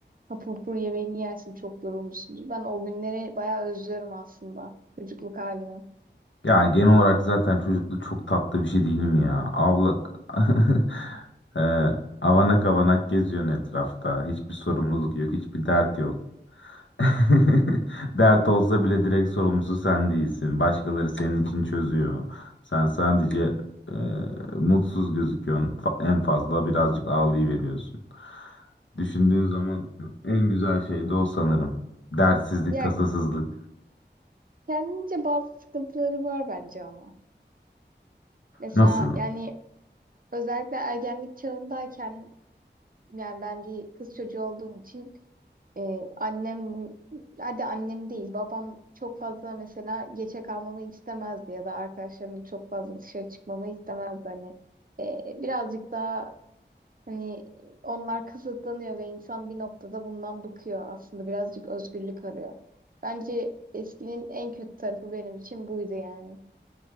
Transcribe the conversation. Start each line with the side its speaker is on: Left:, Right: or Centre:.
Right: Hapur hapur yemeğini yersin, çok yorulmuşsundur. Ben o günleri bayağı özlüyorum aslında, çocukluk halimi.
Left: Ya genel olarak zaten çocukluk çok tatlı bir şey değil mi ya? Avlak <laughs> e, avanak avanak geziyorsun etrafta. Hiçbir sorumluluk yok, hiçbir dert yok. <laughs> Dert olsa bile direkt sorumlusu sen değilsin. Başkaları senin için çözüyor. Sen sadece e, mutsuz gözüküyorsun. Fa- En fazla birazcık ağlayıveriyorsun. Düşündüğün zaman en güzel şey de o sanırım. Dertsizlik,
Right: Ya
Left: tasasızlık.
Right: kendince bazı sıkıntıları var bence ama. Mesela
Left: Nasıl?
Right: yani özellikle ergenlik çağındayken, yani ben bir kız çocuğu olduğum için e, annem, hadi annem değil, babam çok fazla mesela geçe kalmamı istemezdi ya da arkadaşlarımla çok fazla dışarı çıkmamı istemezdi. Hani e, birazcık daha Hani onlar kısıtlanıyor ve insan bir noktada bundan bıkıyor. Aslında birazcık özgürlük arıyor. Bence eskinin en kötü tarafı benim için buydu yani.